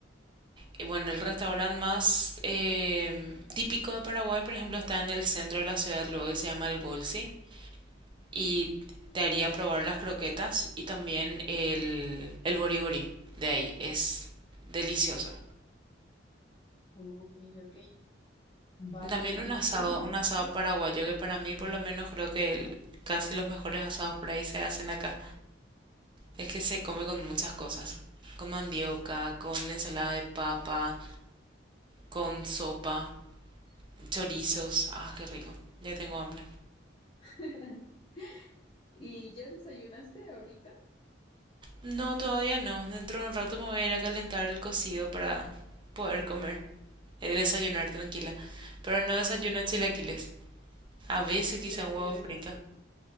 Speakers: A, on the right (about 25°); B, on the left (about 25°).
A: Y Bueno, el restaurante más em, típico de Paraguay, por ejemplo, está en el centro de la ciudad, luego que se llama El Bolsi, y te haría probar las croquetas y también el, el boriborí de ahí. Es delicioso.
B: Ok, ok. Vale,
A: También
B: y
A: un asado,
B: por ejemplo,
A: un asado paraguayo que para mí por lo menos creo que el- casi los mejores asados por ahí se hacen acá. Es que se come con muchas cosas. Con mandioca, con ensalada de papa, con sopa, chorizos. Ah, qué rico. Ya tengo hambre.
B: <laughs> ¿y ya desayunaste ahorita?
A: No, todavía no. Dentro de un rato me voy a ir a calentar el cocido para poder comer, eh, desayunar tranquila. Pero no desayuno chilaquiles. A veces
B: ¿Tú
A: quizá
B: qué desayunaste?
A: un huevo frito.